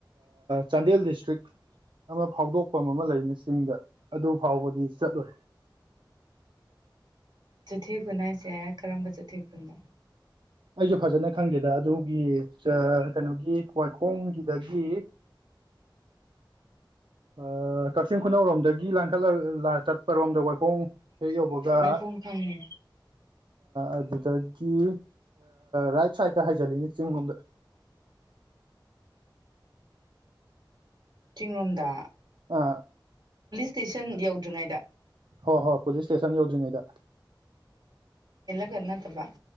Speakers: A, on the right; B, on the right.
A: ꯆꯥꯟꯗꯦꯜ ꯗꯤꯁꯇ꯭ꯔꯤꯛ ꯑꯃ ꯐꯥꯎꯗꯣꯛ ꯑꯃꯥ ꯂꯩꯕꯥꯅꯤ ꯆꯤꯡꯗ ꯑꯗꯨ ꯐꯥꯎꯕꯗꯤ ꯆꯠꯂꯨꯔꯦ
B: ꯆꯩꯊꯤ ꯈꯨꯟ ꯍꯥꯏꯁꯦ ꯀꯔꯝꯕ ꯆꯩꯊꯤ ꯈꯨꯅꯣ
A: ꯑꯩꯁꯨ ꯐꯖꯅ ꯈꯪꯒꯦꯗ ꯑꯗꯨꯒꯤ ꯀꯩꯅꯣꯒꯤ ꯋꯥꯏꯈꯣꯡꯒꯤꯗꯒꯤ ꯑꯣ ꯀꯛꯆꯤꯡ ꯈꯨꯅꯧꯔꯣꯝꯗꯒꯤ ꯂꯥꯡꯈꯠꯂ ꯆꯠꯄꯔꯣꯝꯗ ꯋꯥꯏꯈꯣꯡ ꯍꯦꯛ ꯌꯧꯕꯒ
B: ꯋꯥꯏꯈꯣꯡ ꯈꯪꯉꯦ
A: ꯑꯗꯨꯗꯒꯤ ꯔꯥꯏꯠ ꯁꯥꯏꯠꯇ ꯍꯥꯏꯖꯜꯂꯤꯅꯦ ꯆꯤꯡ ꯂꯣꯝꯗ
B: ꯆꯤꯡꯂꯣꯝꯗ
A: ꯑꯥ
B: ꯏꯁꯇꯦꯁꯟ ꯌꯧꯗ꯭ꯔꯤꯉꯩꯗ
A: ꯍꯣꯏ ꯍꯣꯏ ꯄꯨꯂꯤꯁ ꯏꯁꯇꯦꯁꯟ ꯌꯧꯗ꯭ꯔꯤꯉꯩꯗ
B: ꯀ ꯅꯠꯇꯕ